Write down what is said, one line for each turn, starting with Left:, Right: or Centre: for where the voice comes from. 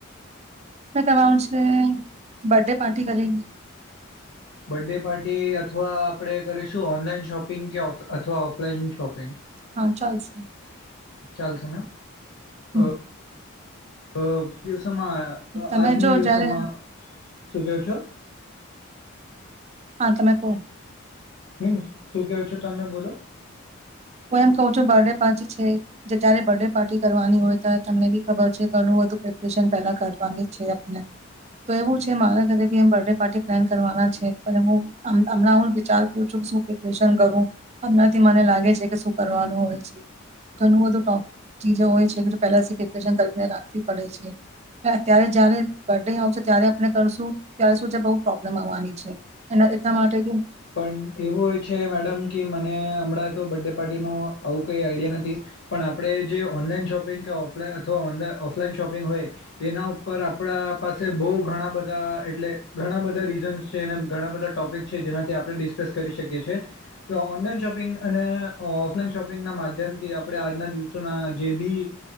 Right: મે તમારું છે બર્ડે પાર્ટી કરી.
Left: બર્ડે પાર્ટી અથવા આપણે કરીશું ઓનલાઈન શોપિંગ કે અથવા ઓફલાઈન શોપિંગ.
Right: હા ચાલશે.
Left: ચાલશે ના. અ
Right: હમ.
Left: <unintelligible> તો <unintelligible>
Right: તમે
Left: આજના
Right: જો
Left: દિવસોમાં
Right: જયારે
Left: શું કેવ છો?
Right: હા તમે કો.
Left: હમ શું કેવો છો તમે બોલો.
Right: હું એમ કું છું બર્થડે પાર્ટી છે જે જયારે બર્થડે પાર્ટી કરવાની હોય ત્યારે તમને બી ખબર છે કે ઘણું બધું પ્રેપરેશન પહેલા કરવાની છે આપને તો એવું છે મારા ઘરે બી એ બર્થડે પાર્ટી પ્લાન કરવાના છે પણ હું હમણા હું વિચાર પુ છું કે શું પ્રેપરેશન કરું હમનાથી મને લાગે છે. કરવાનું હોય ઘણું બધું ચી હોય છે પહેલા પ્રપશન કરીને રાખવી પડે છે અત્યારે જય્યારે બર્ ડે આવશે ત્યારે આપ કરશું ત્યારે શું છે બ પ્રોબ્લેમ આવવાની છે એટલા માટે.
Left: પણ એવું હોય છે મેડમ કે મને હમણાં તો બે <unintelligible> આવું કઈ આઈડિયા નથી. પણ આપડે જે ઓનલાઈન શોપિંગ કે ઓફલાઈ અથવા ઓનલઈ ઓફલાઈન શોપિંગ હોય. એના ઉપર આપડા પાસે છે. બહુ ઘણા બધા એટલે ઘણા બધા રીઝન્સ છે. ને ઘણા બધા ટોપિક છે. જેનાથી આપ આપડે ડિસ્કસ કરી શકીએ છીએ. તો ઓનલાઈન શોપિંગ અને ઓફલાઈન શોપિંગના માધ્યમથી આપડે આજના દિવસોના જે બી